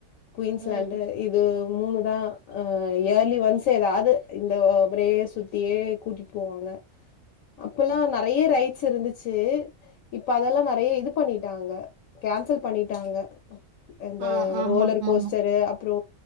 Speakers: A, on the left; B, on the right.
A: குயின்ஸ்லேண்டு
B: ம், ம்.
A: இது மூனுதா அ இயர்லி ஒன்ஸ்சு எதாவ்து இந்த முரயே சுத்தியே கூட்டிட் போவாங்க அப்பல்லா நறைய ரைட்ஸ் இருந்துச்சு இப்ப அதெல்லா நறைய இது பண்ணிட்டாங்க கேன்சல் பண்ணிட்டாங்க இந்த
B: ஆ ஆமா,
A: ரோலர்
B: ஆமாமா.
A: கோஸ்டரு அப்புறோ